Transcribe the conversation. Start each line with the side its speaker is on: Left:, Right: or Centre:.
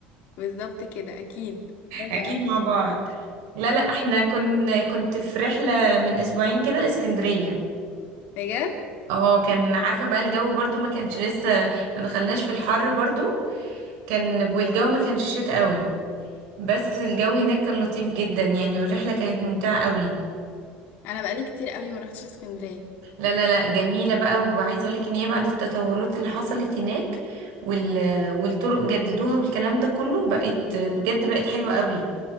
Left: بالظبط كده اكيد أيوة.
Right: اكيد مع بعض لا
Left: أيوة.
Right: لا احنا كنا كنت في رحلة من اسبوعين كده لاسكندرية
Left: بجد
Right: اه كان عارفة بقى الجو برضو ما كانش لسه ما دخلناش في الحر برضو كان والجو ما كانش شتا قوي بس الجو هناك كان لطيف جدا يعني والرحلة كانت ممتعة قوي
Left: انا بقالي كتير قوي ما روحتش اسكندرية
Right: لا لا لا جميلة بقى وعايزة اقولك ان هي بعد التطورات اللي حصلت هناك وال... والطرق جددوها والكلام ده كله بقت
Left: مم.
Right: بجد بقت حلوة قوي